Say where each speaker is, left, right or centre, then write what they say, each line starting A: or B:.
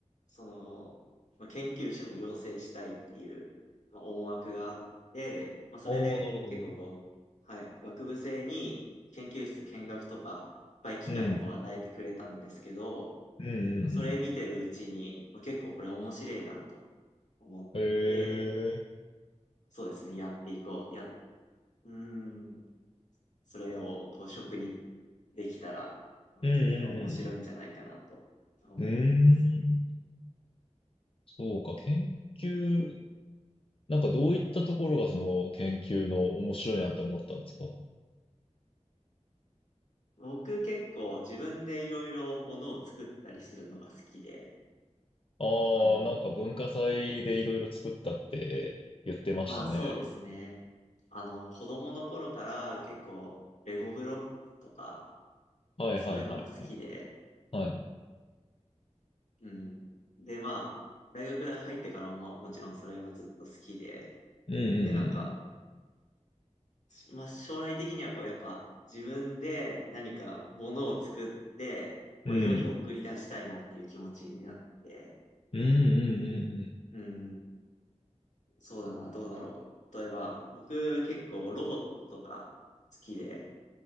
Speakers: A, on the left (about 80°); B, on the left (about 50°).
A: その、まあ、研究者を養成したいっていう、まあ、思惑があって、まあ、それで結構こう、
B: おー、なるほど。
A: はい、学部生に研究室見学とか、いっぱい機会をこう与えてくれたんですけど、
B: うん。うんうん
A: まあ、それ見てるうちに、まあ、結構これ面白いなと思って、
B: うん。へえ。
A: そうですね、やっていこう。や、うーん、それをこう職にできたら、まあ人生面白いんじゃないかなと思ってます。
B: うんうんうんうん。うーん。そうか、研究、なんかどういったところがその研究の面白いなって思ったんですか
A: 僕結構自分でいろいろものを作ったりするのが好きで、
B: ああなんか文化祭でいろいろ作ったって言ってましたね。
A: あの、まあそうですね。あの、子供の頃から結構レゴブロックとか
B: はいはいはいはい。
A: そういうのが好きで、
B: はい。
A: うん。で、まあ、大学入ってからもまあもちろんそれはずっと好きで、
B: うんうん
A: で、なんか、まあ将来的にはこうやっぱ自分で何かものを作って、まあ、
B: うんうん。
A: 世に送り出したいなっていう気持ちになって、
B: うんうんうんうん。
A: うん。そうだな、どうだろう。例えば、僕結構ロボットとか好きで、